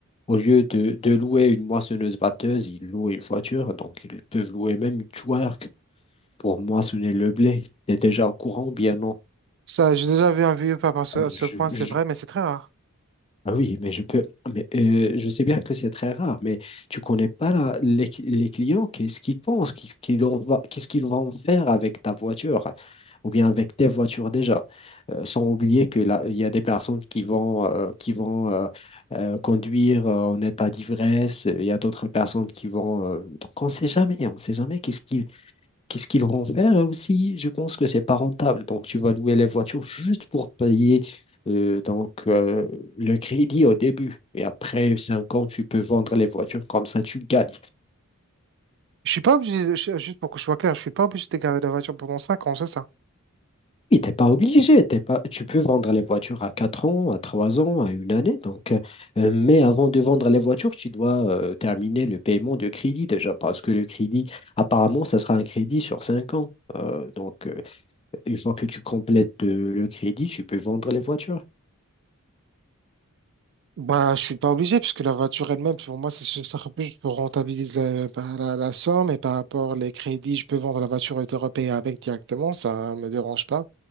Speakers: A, on the left; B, on the right.
A: au lieu de, de louer une moissonneuse-batteuse, ils louent une voiture, donc ils peuvent louer même une twerk pour moissonner le blé. T'es déjà au courant, ou bien non.
B: Ça, j'ai déjà vu un vieux pas à ce,
A: Euh,
B: à ce point, c'est
A: Je,
B: vrai, mais c'est très rare.
A: Ah oui, mais je peux, mais euh, je sais bien que c'est très rare, mais tu connais pas la- les, les clients, qu'est-ce qu'ils pensent, qu'est-ce qu'ils en va- qu'est-ce qu'ils vont faire avec ta voiture ou bien avec tes voitures déjà, Euh, sans oublier que là, il y a des personnes qui vont, euh, qui vont euh, euh, conduire euh, en état d'ivresse, il y a d'autres personnes qui vont, euh, donc on ne sait jamais, on ne sait jamais qu'est-ce qu'ils Qu'est-ce qu'ils vont faire Et aussi? Je pense que c'est pas rentable. Donc, tu vas louer les voitures juste pour payer euh, donc, euh, le crédit au début. Et après 5 ans, tu peux vendre les voitures comme ça, tu gagnes.
B: Je suis pas obligé, de- je- juste pour que je sois clair, je suis pas obligé de garder la voiture pendant 5 ans, c'est ça?
A: Oui, t'es pas obligé, t'es pas... tu peux vendre les voitures à 4 ans, à 3 ans, à une année. Donc, euh, euh, mais avant de vendre les voitures, tu dois euh, terminer le paiement de crédit déjà, parce que le crédit, apparemment, ça sera un crédit sur 5 ans. Euh, donc, euh, une fois que tu complètes euh, le crédit, tu peux vendre les voitures.
B: Bah, je suis pas obligé, puisque la voiture elle-même, pour moi, c'est ça sera plus pour rentabiliser euh, bah, la, la somme et par rapport les crédits, je peux vendre la voiture et te repayer avec directement, ça me dérange pas.